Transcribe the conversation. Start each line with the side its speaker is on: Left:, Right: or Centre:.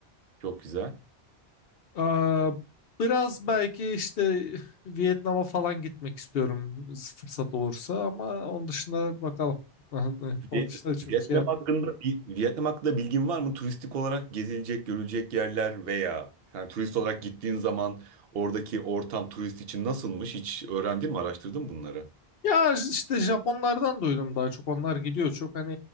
Right: Çok güzel.
Left: Ee, biraz belki işte <laughs> Vietnam'a falan gitmek istiyorum fırsat olursa ama onun dışında bakalım. <laughs> Onun
Right: Vi-
Left: dışında çok
Right: Vietnam
Left: şey
Right: hakkında bir- Vietnam hakkında bilgin var mı? Turistik olarak gezilecek, görülecek yerler veya yani turist olarak gittiğin zaman oradaki ortam turist için nasılmış? Hiç öğrendin mi, araştırdın mı bunları?
Left: Ya işte Japonlardan duydum daha çok. Onlar gidiyor çok. Hani